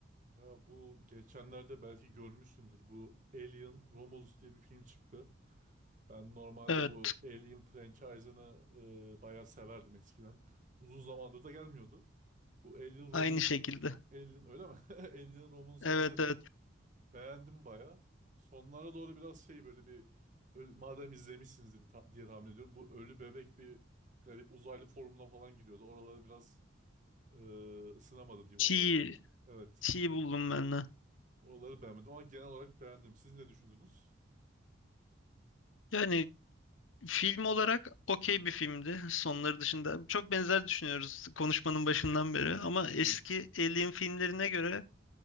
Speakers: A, on the right; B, on the left.
A: Ya bu geçenlerde belki görmüşsündür. Bu Alien Romulus diye bir film çıktı. Ben normalde
B: Evet,
A: bu Alien franchise'ını e, bayağı severdim eskiden. Uzun zamandır da gelmiyordu. Bu Alien Romulus'u
B: aynı şekilde.
A: Alien öyle mi? <laughs> Alien Romulus'u
B: Evet
A: izledim.
B: evet.
A: Beğendim bayağı. Sonlara doğru biraz şey böyle bir ö- madem izlemişsinizdir ta- diye tahmin ediyorum. Bu ölü bebek bir garip uzaylı formuna falan giriyordu. Oralara biraz e, ısınamadım diyeyim
B: Çiğ,
A: oralara. Evet.
B: çiğ buldum ben de.
A: Oraları beğenmedim ama genel olarak beğendim. Siz ne düşündünüz?
B: Yani film olarak okey bir filmdi. Sonları dışında çok benzer düşünüyoruz konuşmanın başından beri. Ama eski
A: Hmm.
B: Alien filmlerine göre